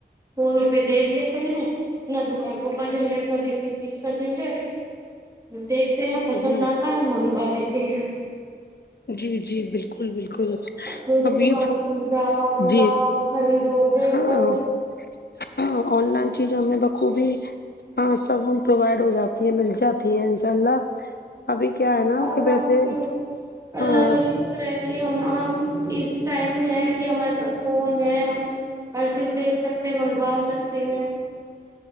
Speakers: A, on the right; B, on the left.
A: فونوں پہ دیکھ لیتے ہیں نہ دکان روپا جھنجھٹ نہ ک اس چیز کا جنجٹ دیکھتے ہیں پسند
B: جی
A: آتا ہے منگوا لیتے ہیں
B: جی جی بالکل بالکل
A: تو
B: اب یہ
A: دکان پہ جاؤ
B: جی
A: لاؤ خریدو دیکھو
B: ہاں ہاں آن لائن چیز ہم بقوبی ہاں سب پرووائڈ ہو جاتی ہیں مل جاتی ہیں انشاء اللہ ابھی کیا ہے نا
A: اللہ
B: کہ ویسے
A: کی اللہ
B: ہاں
A: کا شکر کہ ہم ہم اس ٹائم ہے کہ ہمارے پاس فون ہے ہم ہر چیز دیکھ سکتے منگوا سکتے ہیں